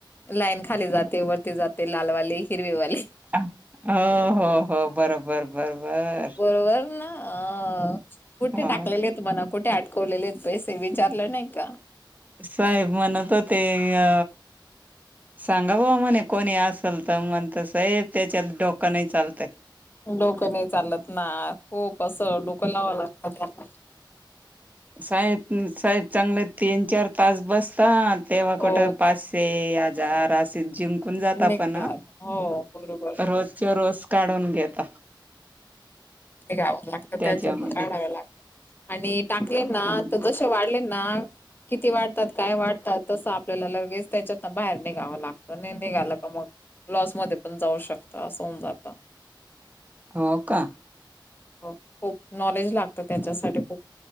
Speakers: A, on the left; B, on the right.
A: लाईन खाली जाते वरती जाते लालवाले हिरवेवाले.
B: हो हो हो बरोबर बरोबर
A: परवल ना? अ कुठे
B: हो.
A: टाकलेले आहेत म्हणा कुठे अटकवलेले आहेत पैसे विचारले नाही का?
B: साहेब म्हणत होते अ सांगा ब म्हणे कोणी असल त म्हणत साहेब त्याच्यात डोकं नाही चालतय.
A: डोकं नाही चालत ना खूप असं डोकं लावां लागतात त्या
B: साहेब साहेब चांगले तीन चार तास बसता तेव्हा
A: हो
B: कुठं पास ते आजार असे जिंकून जात
A: निघतात
B: पण
A: हो बरोबर
B: रोजच्या रोज. काढून घेता.
A: ते गावां लागत
B: त्याच्यामध्ये
A: त्याच काढाव लागतं. आणि टाकले
B: हम्म
A: ना त जशे वाढले ना किती वाढतात काय वाढतात तसं आपल्याला लगेच त्याच्यातन बाहेर निघावं लागतं आणि निघालं का मग लॉसमध्ये पण जाऊ शकता असं होऊन जात.
B: हो का?
A: हो खूप नॉलेज लागतं त्याच्यासाठी खूप